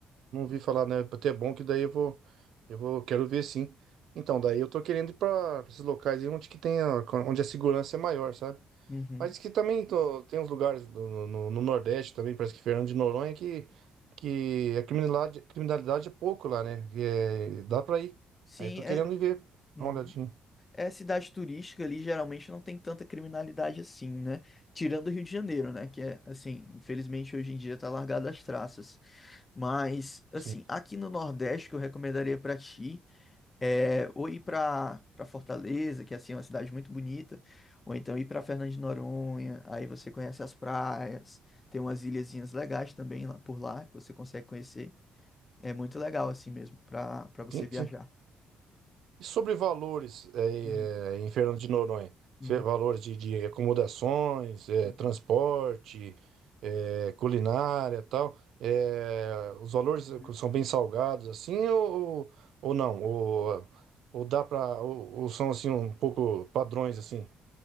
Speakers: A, on the right; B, on the left.
A: não vi falar, né? Até é bom que daí eu vou. Eu vou, quero ver sim. Então, daí eu tô querendo ir pra esses locais aí onde que tem a, onde a segurança é maior, sabe?
B: Uhum.
A: Mas que também tô- tem uns lugares no, no, no Nordeste também, parece que Fernando de Noronha, que, que a criminalidade, criminalidade é pouco lá, né? Que é- dá pra ir.
B: Sim,
A: Aí eu tô
B: é.
A: querendo ir ver.
B: uhum.
A: Dá uma olhadinha.
B: É cidade turística ali, geralmente não tem tanta criminalidade assim, né? Tirando o Rio de Janeiro, né? Que é, assim, infelizmente hoje em dia tá largado as traças. Mas, assim,
A: Sim,
B: aqui no Nordeste, que eu recomendaria pra ti. É, ou ir para para Fortaleza, que assim, é uma cidade muito bonita, ou então ir para Fernando de Noronha, aí você conhece as praias, tem umas ilhazinhas legais também lá por lá que você consegue conhecer. É muito legal assim mesmo para para você
A: sim,
B: viajar.
A: sim. E sobre valores eh,
B: Uhum,
A: eh, em Fernando de Noronha?
B: uhum,
A: Fe- Valores de, de acomodações, eh,
B: uhum,
A: transporte, eh, culinária tal. Eh, os valores
B: uhum.
A: são bem salgados assim ou, ou não? Ou, ou dá para ou, ou são assim um pouco padrões assim?